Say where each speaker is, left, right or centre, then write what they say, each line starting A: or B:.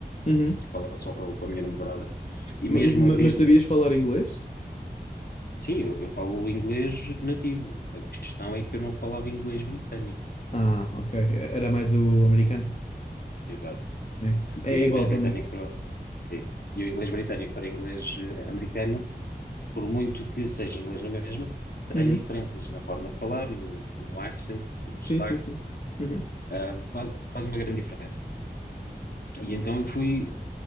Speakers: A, on the left (about 45°); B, on the left (about 65°).
A: uhum.
B: falava só com, com a minha namorada, e
A: Ma-
B: mesmo
A: ma-
B: abrir-me,
A: Mas sabias falar inglês?
B: sim, eu, eu falo inglês nativo, a questão é que eu não falava inglês britânico,
A: Ah, ok. Era mais o americano,
B: exato,
A: né? É
B: e o
A: é
B: inglês
A: igual
B: britânico
A: para mim.
B: para, sim, e o inglês britânico para inglês eh, americano, por muito que seja inglês na mesma, tem
A: Uhum.
B: diferenças na forma de falar, no, no accent, no
A: Sim,
B: sotaque,
A: sim, sim. Uhum.
B: ah, faz, faz uma grande diferença. E então eu fui,